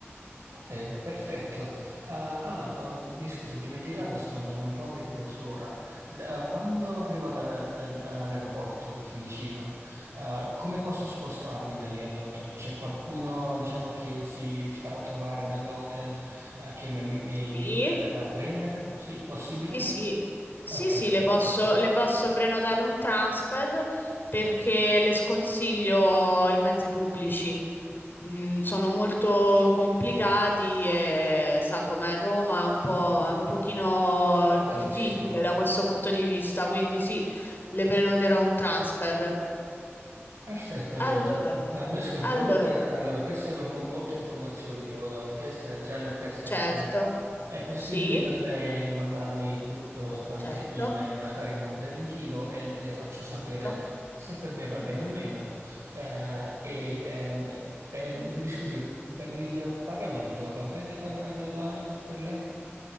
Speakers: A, on the right; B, on the left.
A: Ok, perfetto. Ah, ah, um, mi scusa, ho dimenticato, sto andando un po' a ritroso ora. Da- eh, quando arrivo alla- ad- all'aeroporto di Fiumicino, ah, come posso spostarmi da lì all'hotel? C'è qualcuno, diciamo, che si farà trovare dall'hotel, eh, che mi, mi- mi-
B: Sì.
A: mi verrà a prendere? Sì, possibile?
B: Sì, sì, sì,
A: Ok,
B: sì,
A: perfetto.
B: le posso, le posso prenotare un transfer perché le sconsiglio i mezzi pubblici. Mm, sono molto complicati e sa com'è Roma, è un po', è un pochino
A: Va benissimo.
B: difficile da questo punto di vista, quindi sì, le prenoterò un transfer.
A: Perfetto, allora.
B: Allora,
A: Ah, mi ascolti,
B: allora,
A: comunque, allora, queste sono mo- molte informazioni che ora ho in testa e già ne ho perse
B: certo,
A: alcune. È possibile
B: sì,
A: per lei mandarmi tutto tramite
B: certo,
A: email, magari con un preventivo, e le le faccio sapere
B: certo.
A: se per me va bene o meno. Eh, e, ehm, eh, ehm, mi scusi, per il pagamento, va bene il pagamento online per lei?